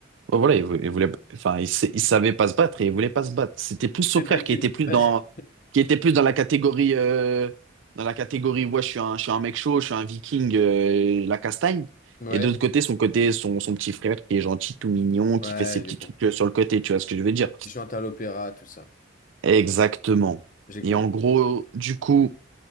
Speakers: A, on the right; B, on the left.
A: Ouais, Voilà, il vou- il voulait, enfin, il, sa- il savait pas se battre et il voulait pas se battre. C'était plus son
B: C'est
A: frère
B: taquine.
A: qui était plus
B: <laughs>
A: dans, qui était plus dans la catégorie, euh, dans la catégorie, ouais, je suis un, je suis un mec chaud, je suis un viking, euh, la castagne.
B: Ouais.
A: Et de l'autre côté, son côté, son, son petit frère qui est gentil, tout mignon, qui
B: Ouais,
A: fait ses petits
B: j'ai compris.
A: trucs euh, sur le côté, tu vois ce que je veux dire?
B: Il chante à l'opéra, tout ça.
A: Exactement.
B: J'ai
A: Et
B: compris.
A: en gros, du coup,